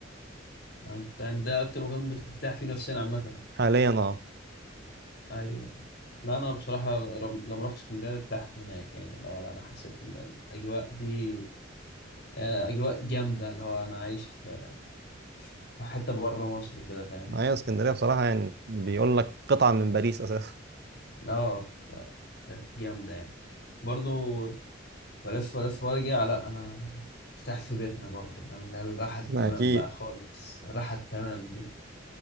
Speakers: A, on the left (about 60°); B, on the right (about 55°).
A: يعني انت يعني ده اكتر مكان بترتاح فيه نفسيا عامه
B: حاليا اه
A: ايوه لا انا بصراحه رم- لما رحت اسكندريه ارتحت هناك يعني اللي هو لا، انا حسيت ان الاجواء دي آه، اجواء جامده اللي هو انا عايش في في حته بره مصر كده فاهم
B: معايا اسكندريه بصراحه يعني بيقول لك قطعه من باريس اساسا
A: اه ف- كانت جامده يعني برضو بلف بلف وارجع لا انا ارتاح في بيتنا برضه فاهم اللي هي الراحه التمام
B: <laughs> اكيد
A: بقى خالص الراحه التمام دي